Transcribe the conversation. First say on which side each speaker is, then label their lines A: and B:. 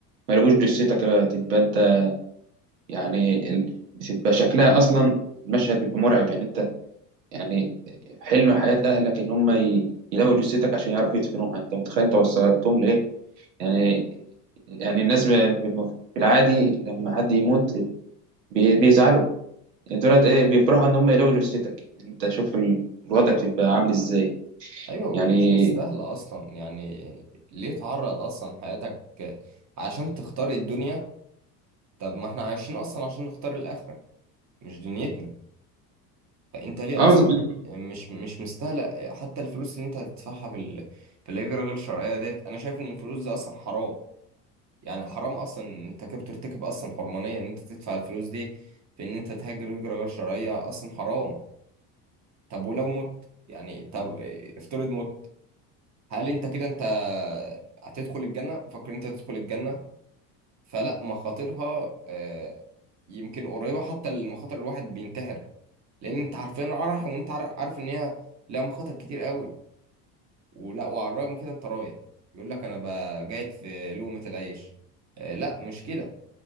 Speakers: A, on the right (about 85°); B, on the right (about 35°).
A: يلقوش جثتك بقى، تبقى أنت يعني ال- بتبقى شكلها أصلا المشهد بيبقى مرعب يعني أنت يعني حلم حياة أهلك إن هم ي- يلاقوا جثتك عشان يعرفوا يدفنوها أنت متخيل أنت وصلتهم لإيه يعني يعني الناس ب- ب- في العادي لما حد يموت بي- بيزعلوا يعني دولت ايه بيفرحوا ان هم يلاقوا جثتك يعني انت شوف ال- الوضع بتبقى عامل ازاي
B: ايوه ومش
A: يعني
B: مستاهله اصلا يعني ليه تعرض اصلا حياتك عشان تختار الدنيا طب ما احنا عايشين اصلا عشان نختار الاخره مش دنيتنا فانت ليه
A: اه
B: اصلا
A: بز-
B: مش مش مستاهله حتى الفلوس اللي انت هتدفعها في ال... في الهجره غير الشرعيه ديت انا شايف ان الفلوس دي اصلا حرام يعني حرام اصلا إن انت كده بترتكب اصلا حرمانيه ان انت تدفع الفلوس دي في ان انت تهاجر هجره غير شرعيه اصلا حرام طب ولو مت يعني طب اه، افترض مت هل انت كده انت هتدخل الجنه مفكر انت تدخل الجنه فلا مخاطرها آه، يمكن قريبة حتى المخاطر الواحد بينتحر لأن أنت عارفين رايح وأنت عار- عارف إن هي لها مخاطر كتير قوي ولا وعلى الرغم من كده أنت رايح يقول لك أنا ب- قاعد في لقمة العيش آه، لا مش كده